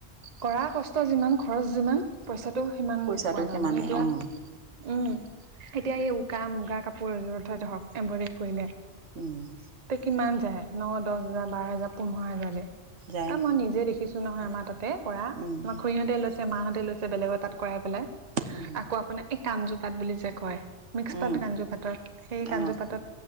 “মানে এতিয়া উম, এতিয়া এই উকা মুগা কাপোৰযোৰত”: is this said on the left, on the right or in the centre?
Right